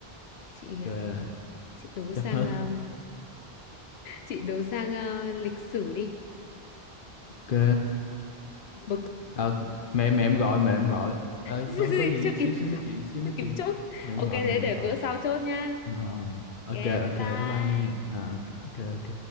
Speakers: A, on the left (about 80°); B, on the left (about 60°).
A: chị ờ,
B: Ok,
A: chị đố
B: chấp
A: sang
B: hết.
A: ờ, chị đố sang ờ, lịch sử đi
B: Ok.
A: một câu-
B: à, mẹ mẹ em gọi mẹ em gọi ơi
A: <laughs>
B: thôi có gì
A: chưa
B: xíu
A: kịp
B: xíu nói chuyện xíu
A: chưa
B: nói chuyện
A: kịp chốt
B: mẹ em
A: ok
B: gọi
A: thế
B: mẹ em
A: để
B: gọi
A: bữa sau chốt nhá
B: Ờ, ok
A: ok bye
B: ok
A: bye
B: bye bye nghe Ờ, ok ok ok